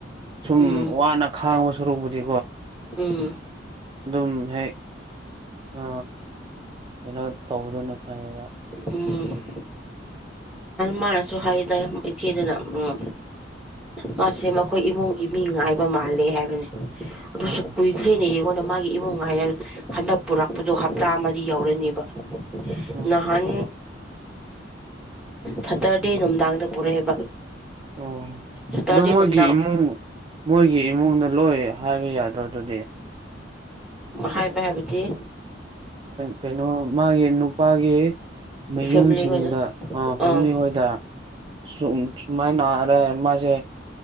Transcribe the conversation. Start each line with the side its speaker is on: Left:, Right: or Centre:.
Right: ꯁꯨꯝ
Centre: ꯎꯝ
Right: ꯋꯥꯅ ꯈꯥꯡꯉ ꯁꯔꯨꯕꯨꯗꯤ
Centre: ꯎꯝ
Right: ꯑꯗꯨꯝ ꯍꯦꯛ ꯑ ꯀꯩꯅꯣ ꯇꯧꯗꯅ ꯐꯩꯕ
Centre: ꯎꯝ ꯃꯅꯁꯨ ꯍꯥꯏꯗ ꯏꯆꯦꯗ ꯂꯥꯛ ꯎꯅ ꯃꯥꯁꯦ ꯃꯈꯣꯏ ꯏꯃꯨꯡꯒꯤ ꯃꯤ ꯉꯥꯏꯕ ꯃꯥꯜꯂꯦ ꯍꯥꯏꯕꯅꯦ
Right: ꯑꯣ
Centre: ꯀꯨꯏꯈꯔꯦꯅꯤꯈꯣꯟ ꯃꯥꯒꯤ ꯏꯃꯨꯡ ꯍꯥꯏꯌꯔ ꯍꯟꯗꯛ ꯄꯨꯔꯛꯄꯗꯣ ꯍꯞꯇꯥ ꯑꯃꯗꯤ ꯌꯧꯔꯅꯦꯕ
Right: ꯑꯣ
Centre: ꯅꯍꯥꯟ ꯁꯇꯔꯗꯦ ꯅꯨꯡꯗꯥꯡꯗ ꯄꯨꯔꯛꯑꯦꯕ
Right: ꯑꯣ
Centre: ꯁꯇꯔꯗꯦ
Right: ꯑꯣ ꯃꯣꯏꯒꯤ
Centre: ꯅꯨꯡꯗꯥꯡ
Right: ꯏꯃꯨꯡ ꯃꯣꯏꯒꯤ ꯏꯃꯨꯡꯗ ꯂꯣꯏ ꯍꯥꯏꯕ ꯌꯥꯗ꯭ꯔ ꯑꯗꯨꯗꯤ
Centre: ꯍꯥꯏꯕ ꯍꯥꯏꯕꯗꯤ
Right: ꯀꯩꯅꯣ ꯃꯥꯒꯤ ꯅꯨꯄꯥꯒꯤ ꯃꯌꯨꯝꯁꯤꯡꯗ
Centre: ꯐꯦꯃꯤꯂꯤ ꯈꯣꯏꯗꯣ
Right: ꯐꯦꯃꯤꯂꯤ
Centre: ꯑꯥ
Right: ꯍꯣꯏꯗ ꯁ ꯁꯨꯃꯥꯏꯅꯔꯦ ꯃꯥꯁꯦ